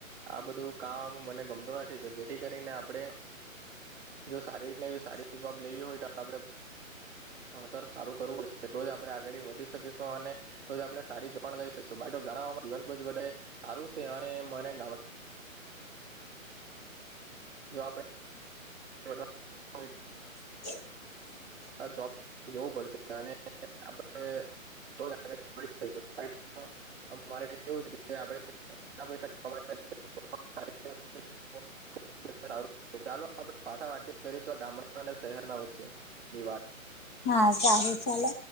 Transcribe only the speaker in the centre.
આ બધું કામ મને ગમતું નથી જેથી કરીને આપણે. જો સારી રીત એવી સારી જોબ લેવી હોય તો આપડ. ભણતર સારું કરવું પડશે તો જ આપડણે આગળ વધી શકીશું અને, તો જ આપણે સારી જો લઈ શકીશું ગ જીવન જે સારું છે અને મને ગામડા <unintelligible> જો આપ <unintelligible>
આ જોબ જોવું પડશે અને આપડ <unintelligible> રેવું છે આપ <unintelligible> કેટલા પૈસા કમા છે <inaudible> સરે <inaudible> સું ચાલો આપણે પાછા વાતચીત કરીશું ગામડા અને શહેરના વચ્ચે ની વાત <inaudible>